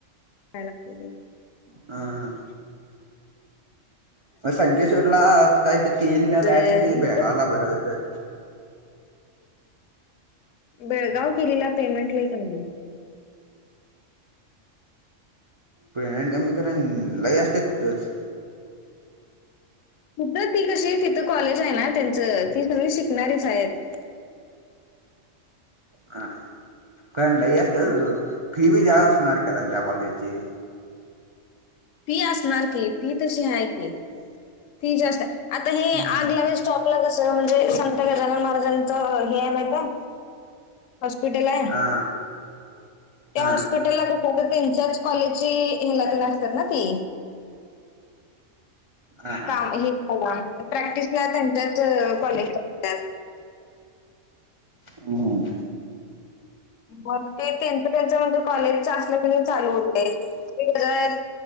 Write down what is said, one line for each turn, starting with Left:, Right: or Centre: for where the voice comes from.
Left: काय लागते तेला
Right: हा, हा. मग संकेश्वरला काही तर केलेली
Left: अ,
Right: <unintelligible> बेळगावला बरं आहे तर
Left: बेळगाव केलीला पेमेंट लई कमी हाय.
Right: पेमेंट कमी करन लई असते तेच
Left: तिथ ती कशी तिथं कॉलेज आहे ना त्यांचं ती सगळी शिकणारीच आहेत.
Right: हा हा, कारण लई असतच
Left: हम्म.
Right: फी बी जास्त असणार कारण त्या कॉलेजची.
Left: फी असणार की, फी तशी आहे की. फी जास्त आता हे
Right: हम्म
Left: आग लावेस चॉकला कस म्हणजे संत गजानन महाराजांचं हे हाय माहीत हाय? हॉस्पिटल हाय.
Right: हा
Left: त्या
Right: हा
Left: हॉस्पिटलला कुठ ते त्यांच्याच कॉलेजची हेला पण असतात ना ती.
Right: हा हा
Left: काम हे करा प्रॅक्टिसला त्यांच्याच कॉलेज <unintelligible>
Right: हम्म.
Left: मग ते त्यांच त्यांच म्हणजे कॉलेज असलं की नई चालू होतंय.